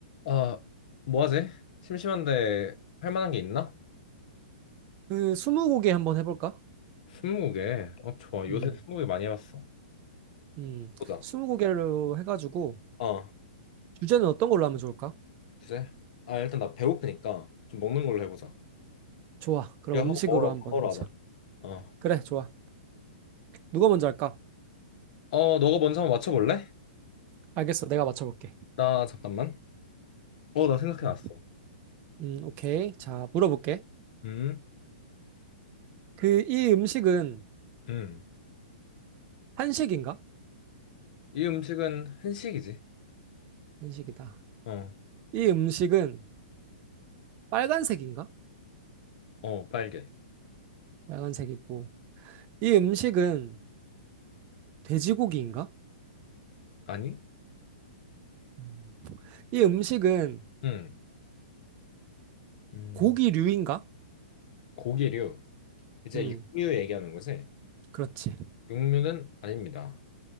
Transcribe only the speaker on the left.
아, 뭐 하지? 심심한데 할 만한 게 있나?
스무고개. 어, 좋아. 요새
스무고개 많이 해봤어.
보자.
어,
주제? 아, 일단 나 배고프니까 좀 먹는 걸로 해보자.
이거
하고 먹으러
밥 먹으러
가자. 어.
어, 너가 먼저 한번 맞춰볼래?
나 잠깐만. 어, 나 생각해놨어.
음,
음.
이 음식은 한식이지.
어,
어, 빨개.
아니?
음, 음.
고기류. 이제
육류 얘기하는 거지?
육류는 아닙니다.